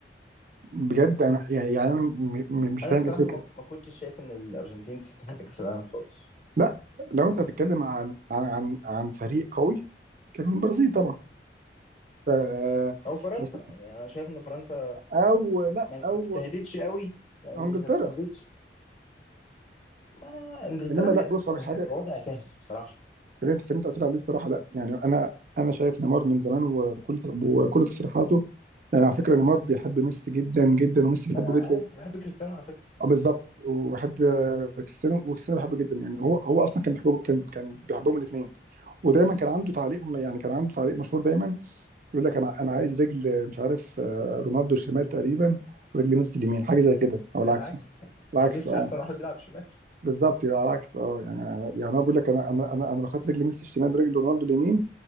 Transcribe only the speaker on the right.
بجد انا يعني يعني انا م- م- مش
فاهم
ايه الفكره
لا لو انت هتتكلم عن عن عن, عن فريق قوي كان البرازيل طبعا ف-
بس
او لا
او
انجلترا
انما
لا بص
على حاجه
في اللي انت في اللي انت قلت لي عليه الصراحه لا يعني انا انا شايف نيمار من زمان وكل وكل تصريحاته يعني على فكره نيمار بيحب ميسي جدا جدا وميسي بيحبه
جدا
اه بالظبط وبيحب آه، كريستيانو وكريستيانو بيحبه جدا يعني هو هو اصلا كان بيحبه كان كان بيحبهم الاثنين ودايما كان عنده تعليق يعني كان عنده تعليق مشهور دايما يقول لك انا انا عايز رجل آه، مش عارف آه، رونالدو الشمال تقريبا ورجل ميسي اليمين حاجه زي كده او
العكس
العكس
اه
بالظبط يبقى على العكس اه يعني يعني انا بقول لك انا انا انا انا لو خدت رجل ميسي الشمال برجل رونالدو اليمين